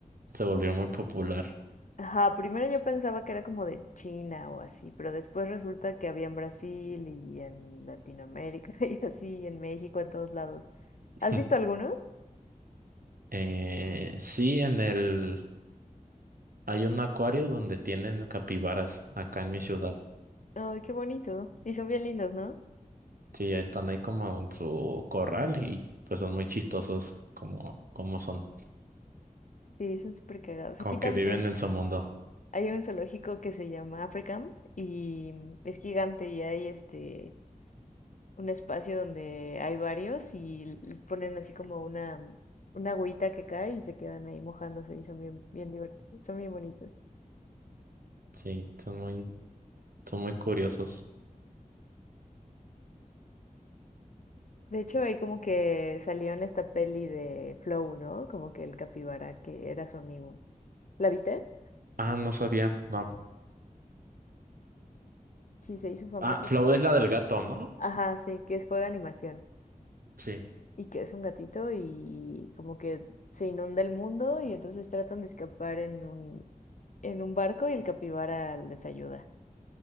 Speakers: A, on the right (about 80°); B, on the left (about 60°).
A: se volvió muy popular.
B: Ajá, primero yo pensaba que era como de China o así, pero después resulta que había en Brasil y en Latinoamérica <laughs> y así, en México, en todos lados.
A: <laughs>
B: ¿Has visto alguno?
A: Eh, sí, en el... Hay un acuario donde tienen capibaras acá en mi ciudad.
B: Ay, qué bonito. Y son bien lindos, ¿no?
A: Sí, están ahí como en su corral y pues son muy chistosos como, como son,
B: Sí, son súper cagados.
A: como
B: Aquí
A: que
B: también
A: viven en su mundo.
B: hay un zoológico que se llama Africam y es gigante y hay este un espacio donde hay varios y l- ponen así como una, mm, una agüita que cae y se quedan ahí mojándose y son bien, bien divertidos, son bien bonitos.
A: Sí, son muy, son muy curiosos.
B: De hecho, ahí como que salió en esta peli de Flow, ¿no? Como que el capibara que era su amigo. ¿La viste?
A: Ah, no sabía, no.
B: Sí, se hizo famoso.
A: Ah, Flow
B: pero-
A: es la del gato, ¿no?
B: Ajá, sí, que es- fue de animación.
A: Sí,
B: Y que es un gatito y como que se inunda el mundo y entonces tratan de escapar en un, en un barco y el capibara les ayuda.